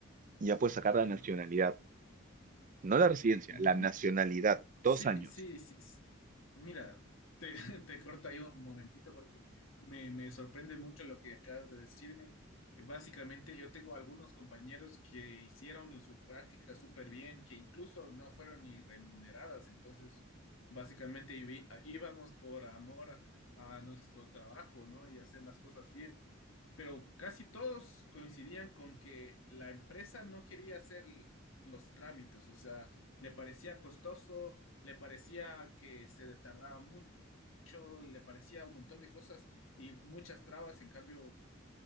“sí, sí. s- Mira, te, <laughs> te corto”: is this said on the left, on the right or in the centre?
Left